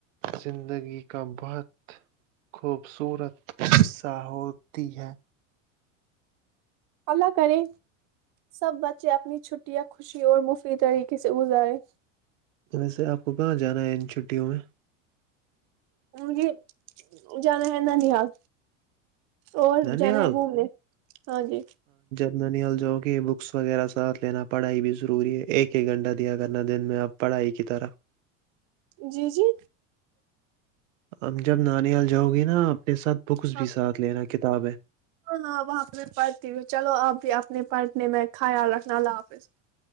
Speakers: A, on the right; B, on the right.
A: زندگی کا بہت خوبصورت حصہ ہوتی ہے
B: اللہ کریں سب بچے اپنی چھٹیاں خوشی اور مفید طریقے سے گزارے
A: ویسے آپ کو کہاں جانا ہے ان چھٹیوں میں؟
B: مے جانا ہے نانیہال اور
A: ننیال
B: جانا ہے گھومنے ہ جی
A: ننل جو کی بکس وغیرہ ساتھ لینا پڑھائی بھی ضروری ہے ایک ایک گھنٹہ دیا کرنا دن میں آپ پڑھائی کی طرف
B: جی جی
A: اب جب نانییال جاؤ گی نا اپنے ساتھ بکس
B: ہاں
A: بھی ساتھ لینا کتاب ہے
B: ہاں وہاں پہ پڑھتی ہوں چلو اپ بھی اپنے پڑھنے میں خیال رکھنا اللہ حافظ